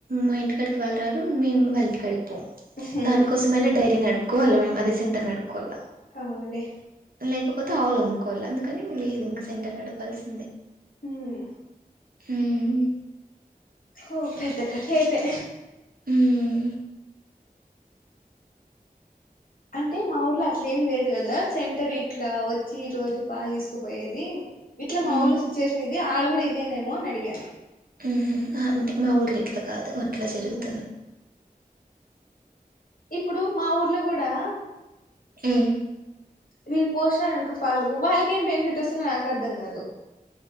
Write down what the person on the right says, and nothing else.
మా ఇంటికి కడికి వాళ్ళు రారు మేము వాళ్ళ ఇంటి కడుగు పొ
దానికోసమైన డైరీ నడుపుకోవాల మేము అదే సెంటర్ నడుపుకోవాల్ల
లేకపోతే ఆవులు అమ్ముకోవలె అందుకని మేము ఇంక సెంటర్ నడుపాల్సిందే
హామ్
ఉమ్
ఉమ్
ఉహు ఆ, అంటే మా ఊర్లో ఇట్లా కాదు అట్ల
జరుగుతది
మ్మ్